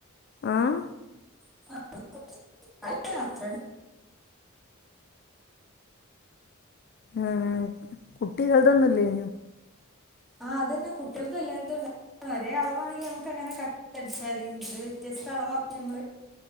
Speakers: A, on the left; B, in the centre.
A: ആഹ്
B: - <inaudible> അതെന്തിനാ അത്രഡ
A: ഏഹ് കുട്ടികൾതൊന്നുല്ലേ
B: ആഹ് അതന്നെ കുട്ടികൾക്കും എല്ലായിടത്തുംണ്ട ഒരേ അളവാണെങ്കിൽ നമുക്ക് അങ്ങനെ കട്ട് അടിച്ചാ മതി ഇത് വ്യത്യസ്ത അളവവുംമ്പോ ഞമ്മള്